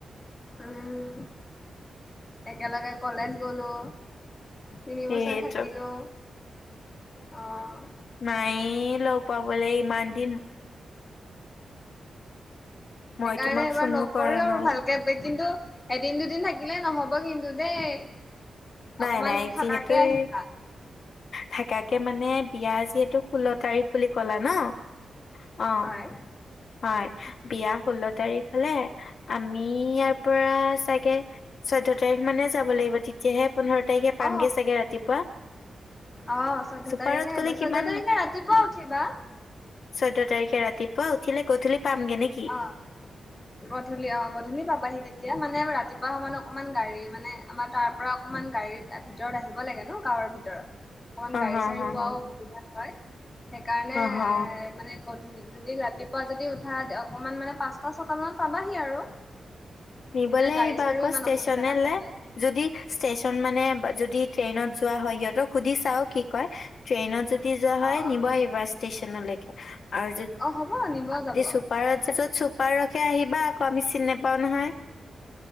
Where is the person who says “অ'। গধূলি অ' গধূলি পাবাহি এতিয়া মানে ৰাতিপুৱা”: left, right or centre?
Left